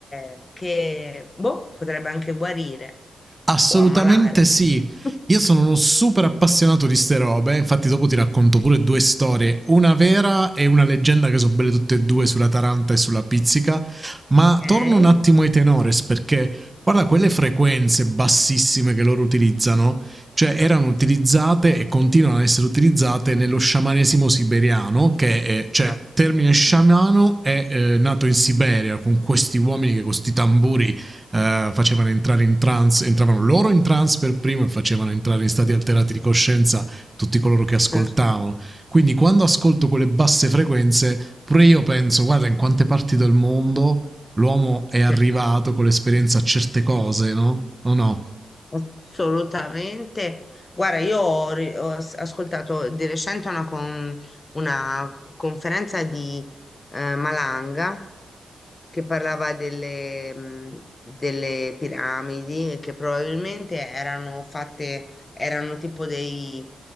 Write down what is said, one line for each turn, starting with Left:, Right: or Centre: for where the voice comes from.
Left: eh, che boh, potrebbe anche guarire
Right: Assolutamente
Left: o ammalare.
Right: sì.
Left: <laughs>
Right: Io sono uno super appassionato di ste robe, infatti dopo ti racconto pure due storie, una vera e una leggenda che sono belle tutte e due sulla Taranta e sulla Pizzica, ma
Left: Ok?
Right: torno un attimo ai tenores perché guarda quelle frequenze bassissime che loro utilizzano, cioè erano utilizzate e continuano ad essere utilizzate nello sciamanesimo siberiano, che è,
Left: Esatto,
Right: cioè termine sciamano è eh, nato in Siberia con questi uomini che con questi tamburi Uh, facevano entrare in trance, entravano loro in trance per primo e facevano entrare in stati alterati di coscienza tutti coloro che ascoltavano.
Left: certo.
Right: Quindi quando ascolto quelle basse frequenze, pure io penso, guarda in quante parti del mondo l'uomo è arrivato
Left: Sì,
Right: con l'esperienza a certe cose, no? O no?
Left: Assolutamente. Guarda, io ho, ri- ho as- ascoltato di recente una, con- una conferenza di eh, Malanga che parlava delle, mh, delle piramidi e che probabilmente erano fatte, erano tipo dei,